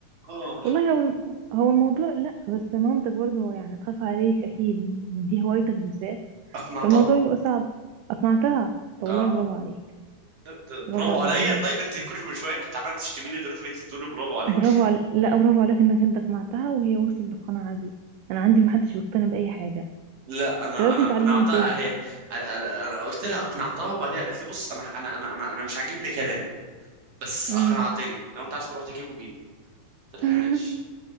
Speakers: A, on the right; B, on the right.
A: آه
B: والله هو الم- هو الموضوع لا بس مامتك برضو يعني تخاف عليك اكيد من دي هوايتك بالذات
A: أقنعتها
B: فالموضوع بيبقى صعب اقنعتها طب
A: آه
B: والله برافو عليك
A: لا، ت- برافو
B: برافو عليك
A: عليا
B: بجد
A: طيب انت كل من شويه كنت عمال تشتميني دلوقتي بقيت تقولي برافو عليك
B: برافو عليك لا برافو عليك انك انت اقنعتها وهي وصلت للقناعة دي انا عندي محدش بيقتنع باي حاجة
A: لا انا
B: انت لازم
A: انا اقنعتها
B: تعلمني ازاي بك
A: هي انا أنا- أنا قلت لها اقنعتها وبعدين قالت لي بص انا انا انا انا, أنا مش عاجبني كلامك بس
B: امم
A: اقنعتني لو انت عايز تروح تجيبه جيب قلت لها
B: <laughs>
A: ماشي